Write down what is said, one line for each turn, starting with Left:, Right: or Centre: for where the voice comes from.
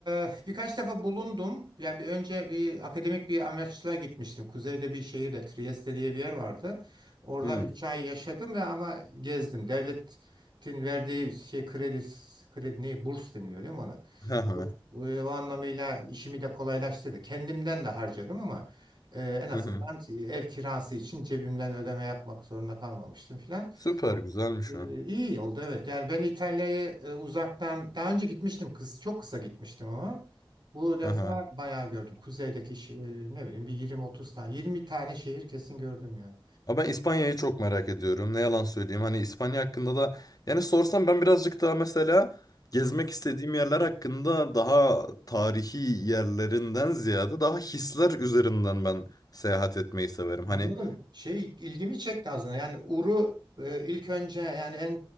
Right: eee, birkaç defa bulundum. Yani bir önce bir akademik bir amaçla gitmiştim. Kuzeyde bir şehirde Trieste diye bir yer vardı. Orada
Left: Hmm.
Right: 3 ay yaşadım ve ama gezdim. Devletin verdiği şey kredi kredi ne burs deniliyor değil mi ona?
Left: Hı hı.
Right: Bu- bu- O anlamıyla işimi de kolaylaştırdı. Kendimden de harcadım ama eee, en azından
Left: Hı hı.
Right: ev kirası için cebimden ödeme yapmak zorunda kalmamıştım filan.
Left: Süper güzelmiş
Right: Ee,
Left: o.
Right: iyi oldu evet. Yani ben İtalya'ya e, uzaktan daha önce gitmiştim kız çok kısa gitmiştim ama bu defa
Left: Aha.
Right: bayağı gördüm. Kuzeydeki şi- ne bileyim bir 20-30 tane 20 tane şehir kesin gördüm yani.
Left: Ama ben İspanya'yı çok merak ediyorum. Ne yalan söyleyeyim. Hani İspanya hakkında da yani sorsam ben birazcık daha mesela gezmek
Right: Hı,
Left: istediğim yerler hakkında daha tarihi yerlerinden ziyade daha hisler üzerinden ben seyahat etmeyi severim.
Right: anladım.
Left: Hani
Right: Şey ilgimi çekti aslında. Yani Uru e, ilk önce yani en